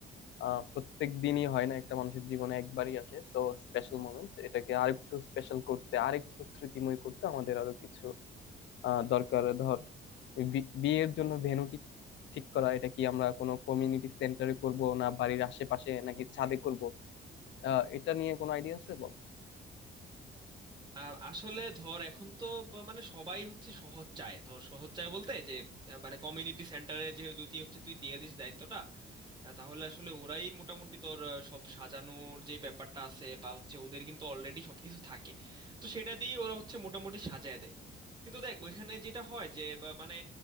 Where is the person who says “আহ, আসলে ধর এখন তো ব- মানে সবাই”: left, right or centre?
Right